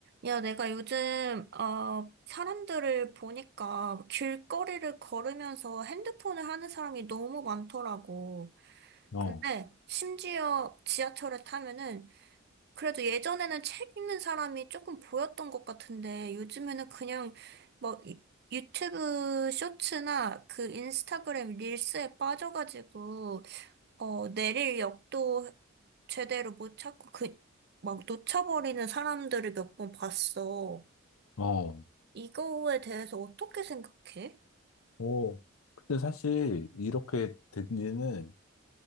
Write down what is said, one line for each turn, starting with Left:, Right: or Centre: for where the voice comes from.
Right: 야, 내가 요즘, 어, 사람들을 보니까 길거리를 걸으면서 핸드폰을 하는 사람이 너무 많더라고.
Left: 어,
Right: 근데 심지어 지하철에 타면은 그래도 예전에는 책 읽는 사람이 조금 보였던 것 같은데 요즘에는 그냥 뭐 유- 유튜브 쇼츠나 그 인스타그램 릴스에 빠져가지고 어, 내릴 역도 제대로 못 찾고 그 막 놓쳐버리는 사람들을 몇 번 봤어.
Left: 어,
Right: 이거에 대해서 어떻게 생각해?
Left: 어. 그때 사실 이렇게 된 지는,